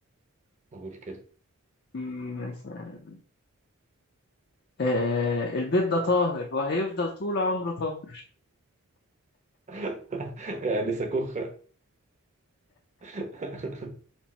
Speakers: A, on the right (about 35°); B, on the left (about 50°).
A: أقول كده
B: في مثلا آه البيت ده طاهر وهيفضل طول عمره طاهر
A: <laughs> يعني سكوخ <laughs>